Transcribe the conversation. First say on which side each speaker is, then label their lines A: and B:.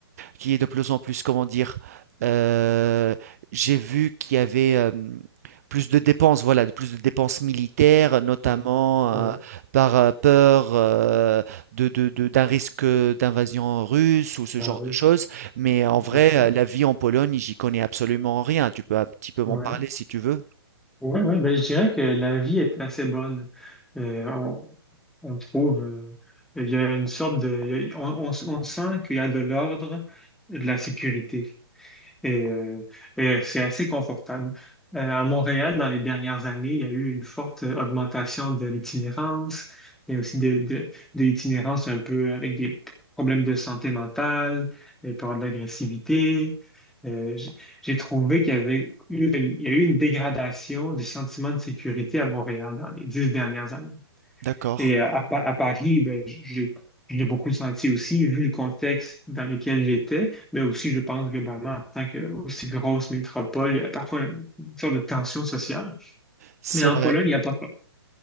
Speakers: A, on the right; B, in the centre.
A: qui est de plus en plus, comment dire? Heu, j'ai vu qu'il y avait, hem, plus de dépenses, voilà, de plus de dépenses militaires, notamment,
B: Ouais. Ouais.
A: heu, par, heu, peur, heu, de de de d'un risque, heu, d'invasion russe ou ce
B: Bah
A: genre
B: oui,
A: de choses. Mais en
B: tout
A: vrai,
B: à fait.
A: heu, la vie en Pologne, j'y connais absolument rien. Tu peux un petit peu m'en
B: Ouais.
A: parler si tu veux?
B: Ouais, ouais, ben, je dirais que la vie est assez bonne. Euh, on, on trouve, euh, il y a une sorte de, il y a- on, on- on sent qu'il y a de l'ordre et de la sécurité. Et, euh, et c'est assez confortable. Euh, à Montréal, dans les dernières années, il y a eu une forte euh, augmentation de l'itinérance, mais aussi de, de, de l'itinérance un peu avec des problèmes de santé mentale, des problèmes d'agressivité. Euh, j- j'ai trouvé qu'il y avait eu une, il y a eu une dégradation du sentiment de sécurité à Montréal dans les dix dernières années.
A: D'accord,
B: Et euh, à, Pa- à Paris, ben, j'ai j'ai beaucoup senti aussi, vu le contexte dans lequel j'étais, mais aussi, je pense, globalement, en tant que aussi grosse métropole, il y a parfois une sorte de tension sociale.
A: c'est
B: Mais en
A: vrai.
B: Pologne, il n'y a pas ça.